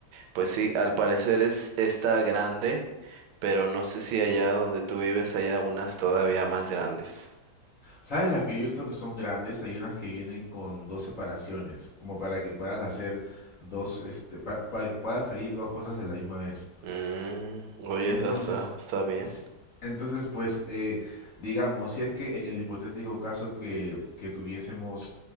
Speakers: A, on the right (about 80°); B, on the left (about 50°).
A: pues sí, al parecer es, está grande, pero no sé si allá donde tú vives haya unas todavía más grandes.
B: ¿Sabes las que yo he visto que son grandes? Hay unas que vienen con dos separaciones, como para que puedas hacer dos, este, pa- para que puedas freír dos cosas a la misma vez.
A: Mm, oye,
B: Entonces,
A: esa está, está bien.
B: si- entonces pues, eh, digamos, si es que en el hipotético caso que, que tuviésemos